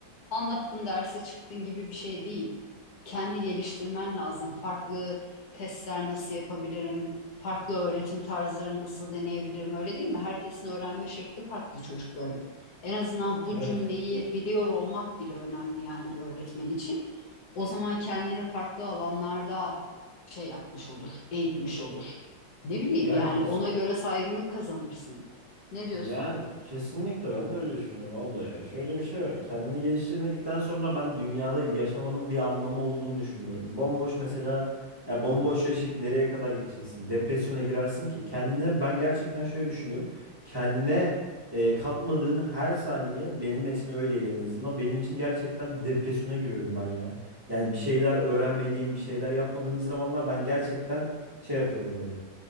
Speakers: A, on the left (about 65°); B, on the right (about 20°).
A: Anlattın dersi çıktın gibi bir şey değil. Kendi geliştirmen lazım. Farklı testler nasıl yapabilirim? Farklı öğretim tarzlarını nasıl deneyebilirim? Öyle değil mi? Herkesin öğrenme şekli farklı çocukların. En azından bu
B: Evet.
A: cümleyi biliyor olmak bile önemli yani bir öğretmen için. O zaman kendini farklı alanlarda şey yapmış olur, eğitmiş olur. Ne bileyim
B: Yani
A: yani
B: kes
A: ona göre saygınlık kazanırsın. Ne diyorsun?
B: yani kesinlikle ben de öyle düşünüyorum abla ya. Şöyle bir şey var. Kendini geliştirmedikten sonra ben dünyada yaşamanın bir anlamı olduğunu düşünmüyorum. Bomboş mesela ya bomboş yaşayıp nereye kadar gideceksin? Depresyona girersin ki. Kendine ben gerçekten şöyle düşünüyorum. Kendine e, katmadığın her saniye benim için öyleydi en azından. Benim için gerçekten depresyona giriyordum ben ya. Yani bir şeyler öğrenmediğim, bir şeyler yapmadığım bir zamanlar ben gerçekten şey yapıyorum böyle.